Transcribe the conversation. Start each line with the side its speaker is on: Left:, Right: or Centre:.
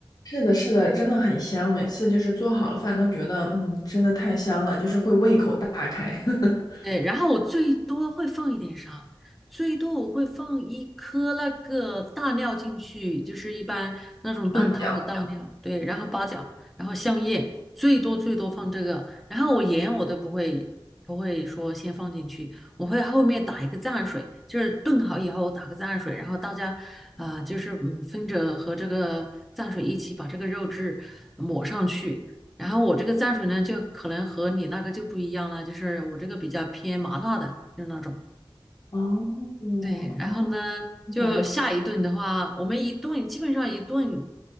Left: 是的，是的，真的很香，每次就是做好了饭都觉得，嗯，真的太香了，就是会胃口大开。<laughs>
Centre: 对，然后我最多会放一点啥？最多我会放一颗那个大料进去，就是一般那种炖汤的大料，
Left: 八角，
Centre: 对，然后八角，然后香叶，最多最多放这个。然后我盐我都不会不会说先放进去，我会后面打一个蘸水，就是炖好以后打个蘸水，然后大家啊、呃就是嗯分着和这个蘸水一起把这个肉质抹上去。然后我这个蘸水呢，就可能和你那个就不一样了，就是我这个比较偏麻辣的，就是那种。
Left: 哦，哦，
Centre: 对，然后呢，
Left: 听起来
Centre: 就下一顿的话，我们一顿基本上一顿